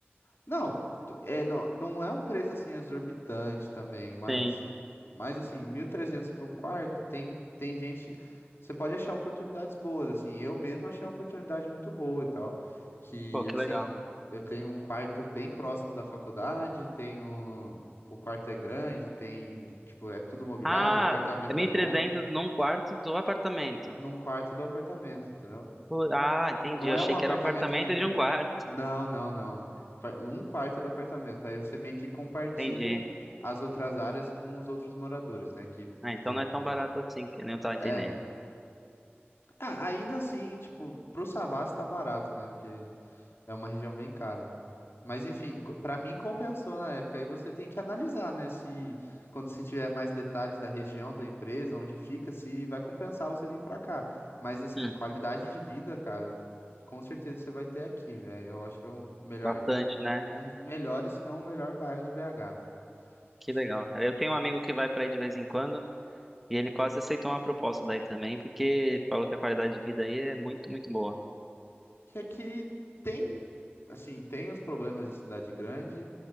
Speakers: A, on the left; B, in the centre.
A: Não, tu- é, não, não é um preço assim exorbitante também,
B: <laughs>
A: mas
B: Sim.
A: assim, mas assim, 1.300 para um quarto, tem tem gente, você pode achar oportunidades boas, assim. Eu mesmo achei uma oportunidade muito boa e tal, que
B: Pô, que
A: assim,
B: legal.
A: eu tenho um quarto bem próximo da faculdade, tenho o quarto é grande, tem, tipo, é tudo mobiliado,
B: Ah,
A: o apartamento
B: é mil
A: é bom,
B: e trezentos num quarto do apartamento.
A: num quarto do apartamento, entendeu?
B: Pô, Ah, entendi.
A: Não
B: Eu
A: é
B: achei
A: um apartamento
B: que era um apartamento
A: com.
B: de um quarto. <laughs>
A: Não, não, não. Fa- Um quarto do apartamento. Aí você meio que compartilha
B: Entendi.
A: as outras áreas com os outros moradores, né? Que
B: Ah, então
A: tem.
B: não é tão barato
A: tem-
B: assim, que eu nem tava entendendo.
A: É. Ah, ainda assim, tipo, pro Savassi tá barato, né? Porque é uma região bem cara. Mas enfim, co- pra mim compensou na época. Aí você tem que analisar, né? Se quando você tiver mais detalhes da região, da empresa, onde fica, se vai compensar você vir pra cá. Mas assim,
B: Hum,
A: qualidade de vida, cara, com certeza você vai ter aqui, velho. Eu acho que é um melhor,
B: bastante, né?
A: um dos melhores, se não o melhor bairro de BH.
B: Que
A: Acho
B: legal,
A: que,
B: cara. Eu tenho um amigo que vai pra aí de vez em quando e ele quase aceitou uma proposta daí também, porque falou que a qualidade de vida aí é muito, muito boa.
A: que aqui tem, assim, tem os problemas de cidade grande,